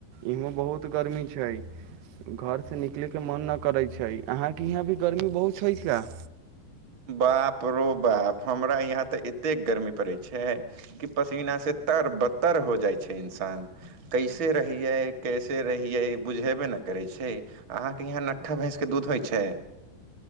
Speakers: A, on the right (about 80°); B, on the right (about 50°).
A: इहो बहुत गर्मी छै घरसँ निकलयके मन न करैत छै अहाँके यहाँ भी गर्मी बहुत छै छल
B: बाप रो बाप हमरा यहाँ तऽ एतेक गर्मी पड़ै छै कि पसीनासँ तर बतर हो जाइ छै इंसान कैसे रहियै कैसे रहियै बुझेबे ने करै छै अहाँके यहाँ नट्ठा भैँंसके दूध होइ छै